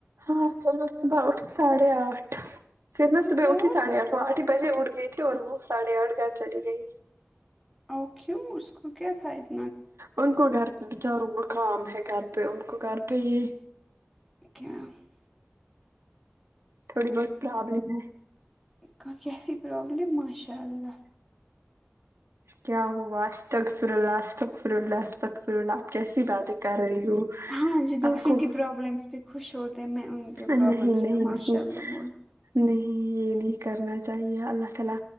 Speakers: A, on the right (about 85°); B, in the centre.
A: ہاں چلو صبح اٹھ ساڑھے آٹھ پھر میں
B: او
A: صبح
B: ہو
A: اٹھی ساڑھے آٹھ آٹھ بجے اٹھ گئی تھی اور وہ ساڑھے آٹھ گھر چلی گئی
B: او کیوں اس کو کیا فائدہ
A: ان کو گھر بچاروں کو کام ہے گھر پہ ان کو گھر پہ یہ
B: <unintelligible>
A: تھوڑی بہت پرابلم ہے
B: کا کیسی پرابلم ماشاء اللہ
A: کیا ہوا استک فرولا استک فروللہ استک فرولله کیسی باتیں کر رہی ہوں
B: ہاں جو دوسروں
A: آپ کو
B: کی پرابلمس خوش ہو تو میں ان کے پ
A: نہیں
B: پرابلمس
A: نہیں
B: میں ماشاء
A: نہیں
B: اللہ بولو
A: نہیں یہ نہیں کرنا چاہیے اللہ تعالی